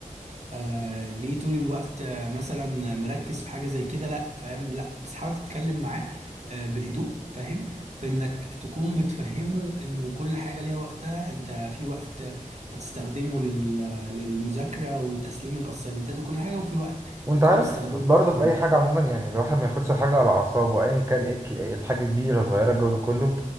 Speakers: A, on the right; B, on the right.
A: آه، ليه طول الوقت آه، مثلا مركز في حاجة زي كده لا فاهم لا بس حاول تتكلم معاه آه، بهدوء فاهم في انك تكون بتفهمه انه كل حاجة ليها وقتها انت في وقت هتستخدمه لل... للمذاكرة وتسليم الاسايمنتات وكل حاجة وفي وقت
B: وانت
A: هتكون
B: عارف
A: بتستخدمه
B: برضه
A: للخروج
B: في اي حاجه عموما يعني الواحد ما ياخدش الحاجه على اعصابه ايا كان ايه ك- الحاجه كبيره صغيره الجو ده كله